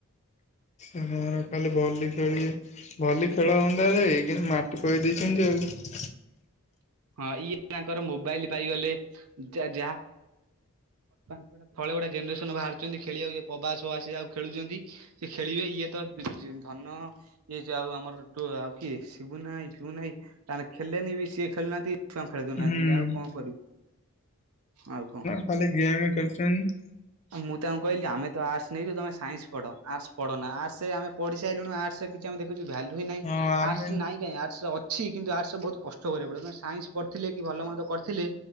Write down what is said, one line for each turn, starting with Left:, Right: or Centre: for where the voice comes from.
Left: ଉଁ ହୁଁ ଖାଲି ଭଲି ‌ଖେଳିବେ। ଭଲିଖେଳ ହୁଅନ୍ତା ଯେ କିନ୍ତୁ ମାଟିପକେଇ ଦେଇଛନ୍ତି ଆଉ
Right: ହଁ ଇଏ ତାଙ୍କର ମୋବାଇଲ ପାଇଗଲେ ଯାହା ପାଞ୍ଚାଟା ତଳେ ଗୋଟେ ଜେନେରେସନ ବାହାରୁଛନ୍ତି ଖେଳିବାକୁ ଇଏ ପ୍ରଭାସ ଫବାସ ସିଏ ଆଉ ଖେଳୁଛନ୍ତି। ସିଏ ଖେଳିବେ ଇଏ ତ ଧନ ଇଏ ଯୋଉ ଆଉ ଆମର ଆଉ କିଏ ସିିବୁନା ଭାଇ ଫିବୁନା ଭାଇ ନାହିଁ ତାଙ୍କର ଖେଳିଲେନି ବି ସିଏ ଖେଳୁନାହାନ୍ତି କି ଛୁଆଙ୍କୁ ଖେଳେଇ ଦଉନାହାନ୍ତି
Left: ହୁଁ
Right: ବି ଆଉ କଣ କରିବୁ? ଆଉ କଣ।
Left: ଖାଲି ଗେମ ଖେଳୁଛନ୍ତି।
Right: ମୁଁ ତାଙ୍କୁ କହିଲି ଆମେ ତ ଆର୍ଟସ ନେଇଛୁ ତମେ ସାଇନ୍ସ ପଢ଼ ଆର୍ଟସ ପଢନା ଆର୍ଟସ ଅମେପଢ଼ି ସାରିଲୁଣି ଆର୍ଟସରେ କିଛିଆମେ ଦେଖିନୁ ଭାଲୁ ହିଁ ନାହିଁ
Left: ହଁ ଆମେ
Right: ଆର୍ଟସ ନାହିଁ କାଇଁ ଆର୍ଟସ୍ ଅଛି କିନ୍ତୁ ଆର୍ଟସ ବହୁତ କଷ୍ଟ କଷ୍ଟ କରିବାକୁ ପଡ଼ିବ ସାଇନ୍ସ ପଢ଼ିଥିଲେ କି ଭଲ ମନ୍ଦ କରିଥିଲେ